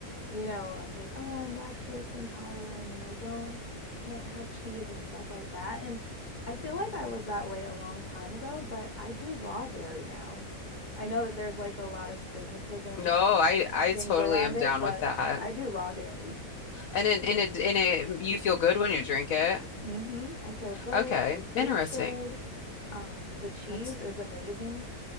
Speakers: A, on the left (about 45°); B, on the left (about 65°).
A: you know, are like, "Oh, I'm lactose intolerant and I don't can't have cheese and stuff like that." And I feel like I was that way a long time ago, but I do raw dairy now. I know that there's like a lot of stigmatism
B: no,
A: and
B: I I
A: things
B: totally
A: around
B: am
A: it,
B: down
A: but
B: with that.
A: I do raw dairy.
B: And in in it in it you feel good when you drink it.
A: Mhm. I feel good.
B: Okay,
A: It tastes
B: interesting.
A: good. Um, the cheese
B: That's
A: is amazing.